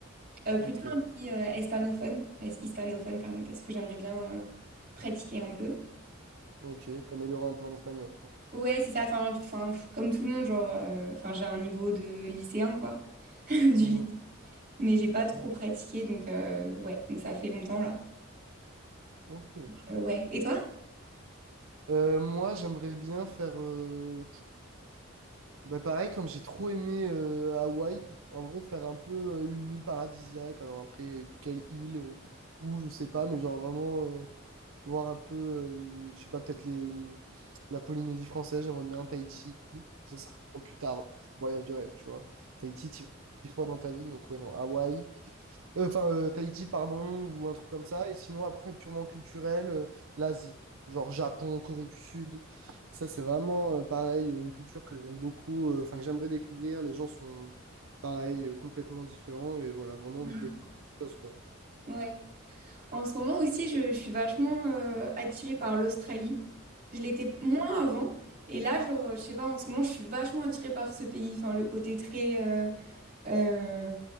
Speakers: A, on the right; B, on the right.
A: Euh,
B: Ok.
A: plutôt un pays euh, hispanophone, parce, hispanophone, pardon, parce que j'aimerais bien euh, pratiquer un peu.
B: Ok. T'améliorer un peu en espagnol, quoi.
A: Ouais, c'est ça, enfin, enfin, pff, comme tout le monde, genre, euh, enfin, j'ai un niveau de lycéen, quoi, <laughs> du lycée,
B: Mhm.
A: mais j'ai pas trop pratiqué, donc, euh, ouais, donc ça fait longtemps, là.
B: Ok.
A: Euh, ouais, et toi?
B: Euh, moi, j'aimerais bien faire, euh, bah, pareil, comme j'ai trop aimé euh, Hawaï, en vrai, faire un peu euh, une île paradisiaque. Alors après, quelle île, ou je sais pas, mais genre vraiment. euh, voir un peu, euh, je sais pas, peut-être les, la Polynésie française, j'aimerais bien, Tahiti, ce sera plus tard, hein, voyage de rêve, tu vois. Tahiti, tu vas dix fois dans ta vie, donc ouais, non, Hawaï, Euh, enfin, euh, Tahiti, pardon, ou un truc comme ça, et sinon, après, purement culturel, euh, l'Asie, genre Japon, Corée du Sud, ça, c'est vraiment, euh, pareil, une culture que j'aime beaucoup, euh, enfin, que j'aimerais découvrir, les gens sont, pareil, euh, complètement différents, et voilà, vraiment
A: Mm.
B: envie de découvrir des choses, quoi.
A: Ouais. En ce moment aussi, je, je suis vachement euh, attirée par l'Australie. Je l'étais moins avant. Et là, genre, je sais pas, en ce moment, je suis vachement attirée par ce pays. Enfin, le côté très... euh, euh,